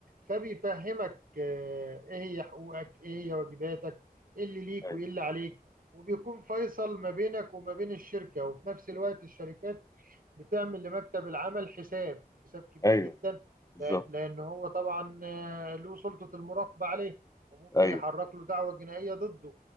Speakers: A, on the right; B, on the left.
A: فبيفهمك آه، ايه هي حقوقك ايه هي واجباتك ايه اللي ليك
B: ايوه
A: وايه اللي عليك وبيكون فيصل ما بينك وما بين الشركه وفي نفس الوقت الشركات بتعمل لمكتب العمل حساب حساب كبير
B: ايوه
A: جدا
B: بالظبط
A: لأن لأن هو طبعا آه، له سلطة المراقبة عليه وممكن
B: ايوه
A: يحرك له دعوة جنائية ضده